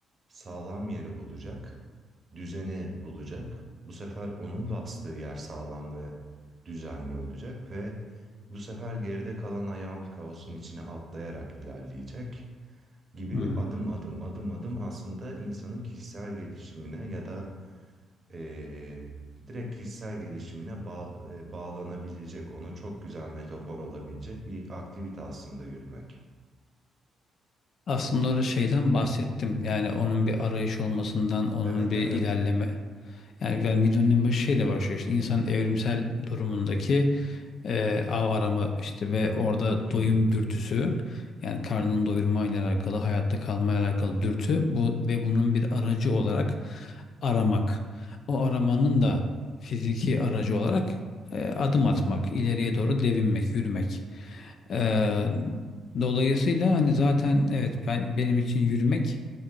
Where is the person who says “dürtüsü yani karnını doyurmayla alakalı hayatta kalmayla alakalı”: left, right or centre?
Left